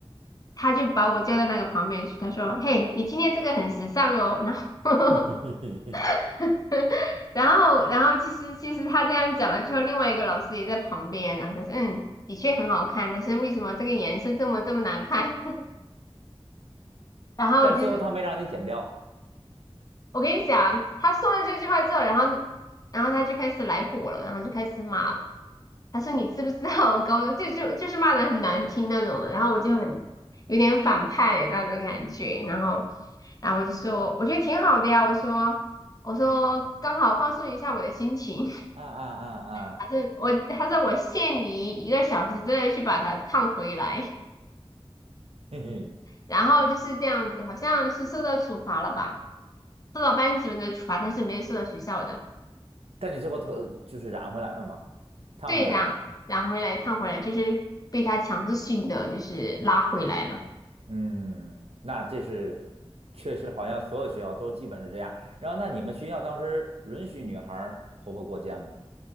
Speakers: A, on the left; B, on the right.
A: 他就把我叫到那个旁边去，他说：“嘿，你今天这个很时尚哦。”然后 <laughs>
B: <laughs> 嘿嘿嘿嘿，
A: <laughs> 然后，然后其实其实他这样讲了之后，另外一个老师也在旁边，然后他说，嗯，的确很好看，但是为什么这个颜色这么这么难看？<laughs> 然后就是
B: 但是最后他没让你剪掉，
A: 我跟你讲，他说了这句话之后，然后然后他就开始来火了，然后就开始骂了。他说你知不知道我高中就就就是骂的很难听那种的，然后我就很有点反派那种感觉，
B: 呃
A: 然后然后我就说我觉得挺好的呀，我说我说刚好放松一下我的心情。
B: 啊啊啊啊，
A: 还是我，他说我限你一个小时之内去把它烫回来，
B: <laughs> 嘿嘿，
A: 然后就是这样子，好像是受到处罚了吧，受到班主任的处罚，但是没有受到学校的。
B: 但你最后头就是染回来了吗？烫回来了吗？
A: 对，染染回来烫回来，就是被他强制性的就是拉回来了。
B: 嗯，那这是确实好像所有学校都基本是这样。然后那你们学校当时允许女孩儿头发过肩吗？